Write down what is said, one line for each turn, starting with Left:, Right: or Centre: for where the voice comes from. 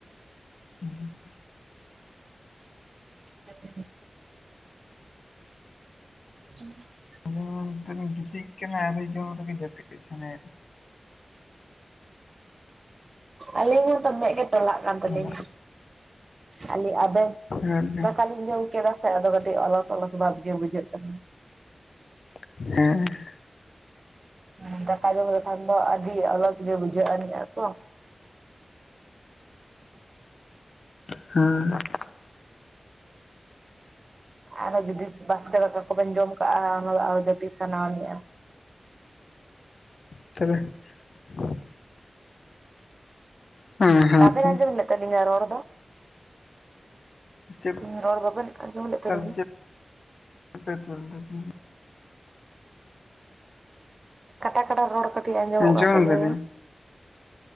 Left: ᱦᱮᱸ <unintelligible>
Right: ᱦ <inaudible> ᱦᱩᱸ <unintelligible>
Left: ᱟᱞᱤᱧ ᱢᱟ ᱱᱤᱛᱚᱜ ᱞᱤᱧ ᱜᱤᱛᱤᱡ ᱠᱟᱱᱟ ᱟᱰᱤ ᱡᱳᱨ ᱜᱮ ᱡᱟᱯᱤᱫ ᱥᱟᱱᱟᱭᱮᱫ
Right: ᱟᱞᱤᱧ ᱦᱚᱸ ᱛᱚ ᱢᱮᱫ ᱜᱮ ᱴᱞᱟ ᱠᱟᱱᱞᱤᱧᱟ
Left: ᱞᱤᱧᱟ
Right: ᱟᱞᱤ ᱟᱵᱮᱱ
Left: ᱦᱮᱸ
Right: ᱫᱟᱠᱟᱞᱤᱧ ᱡᱚᱢ ᱠᱮᱫᱟ ᱟᱫᱚ ᱠᱟᱹᱴᱤᱡ ᱚᱞᱚᱥ ᱚᱞᱚᱥ ᱵᱷᱟᱵ ᱜᱮ ᱵᱩᱡᱷᱟᱹᱜ ᱠᱟᱱᱟ᱾
Left: <unintelligible>
Right: ᱦᱩ ᱫᱟᱠᱟ ᱡᱚᱢ ᱞᱮᱠᱷᱟᱱ ᱫᱚ ᱟᱹᱰᱤ ᱟᱞᱚᱪ ᱜᱮ ᱵᱩᱡᱷᱟᱹᱜ ᱟᱱᱤᱡᱟ ᱛᱚ᱾
Left: <inaudible>
Right: ᱟᱨᱦᱚᱸ ᱡᱩᱫᱤ ᱵᱟᱥᱠᱮ ᱫᱟᱠᱟ ᱠᱚᱵᱮᱱ ᱡᱚᱢ ᱠᱟᱜᱼᱟ ᱚᱱᱟ ᱫᱚ ᱟᱨᱦᱚ ᱡᱟᱯᱤᱫᱽ ᱥᱟᱱᱟᱣ ᱟᱱᱤᱡᱟ ᱾
Left: <inaudible> ᱦᱮᱸ ᱦᱮᱸ
Right: ᱵᱟᱵᱮᱱ
Left: ᱛᱚ
Right: ᱟᱸᱡᱚᱢ ᱞᱮᱫ ᱛᱟᱞᱤᱧᱟ ᱨᱚᱲ ᱫᱚ?
Left: ᱪᱮᱫ
Right: ᱦᱮᱸ ᱨᱚᱲ ᱵᱟᱵᱮᱱ ᱟᱸᱡᱚᱢ ᱞᱮᱫ
Left: ᱛᱟᱦᱚᱞᱮ
Right: ᱛᱟᱞᱤᱧᱟ?
Left: ᱪᱮᱫ <inaudible>
Right: ᱠᱟᱴᱟ ᱠᱟᱴᱟ ᱨᱚᱲ ᱠᱟᱹᱴᱤᱡ ᱟᱸᱡᱚᱢᱚᱜ
Left: ᱡᱚᱢ
Right: ᱟᱠᱱ ᱛᱟᱵᱤᱱᱟ᱾
Left: ᱫᱟᱞᱤᱧ